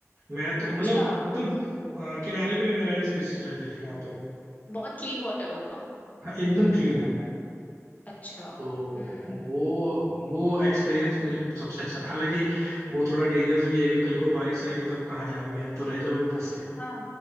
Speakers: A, on the right (about 75°); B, on the left (about 30°).
A: मैं तो
B: अच्छा
A: मतलब एकदम अ, किनारे पे मेराइन स्पीसीज रहती थी वहाँ पे
B: बहुत क्लीन वाटर होगा
A: हाँ, एकदम क्लीन है
B: अच्छा
A: तो
B: हम्म
A: वो वो एक्सपीरियंस मुझे सबसे अच्छा था हालांकि वो थोड़ा डेंजरस भी है कि कल को बारिश आएगी तो आप कहाँ जाओगे आप तो रह जाओगे फंस के
B: हाँ